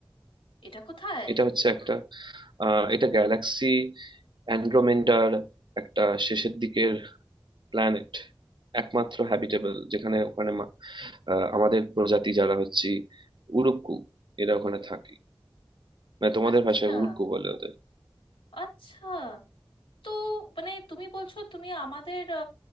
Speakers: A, on the left; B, on the right.
A: এটা কোথায়
B: এটা হচ্ছে একটা আহ, এটা গ্যালাক্সি অ্যান্ড্রোমেন্ডার একটা শেষের দিকের প্ল্যানেট একমাত্র হ্যাবিটেবল যেখানে ওখানে মা- আহ, আমাদের প্রজাতি যারা হচ্ছে উরুক্কু এরা ওখানে থাকে মানে তোমাদের
A: আচ্ছা
B: ভাষায় উল্কু বলে ওদের
A: আচ্ছা তো মানে তুমি বলছো তুমি আমাদের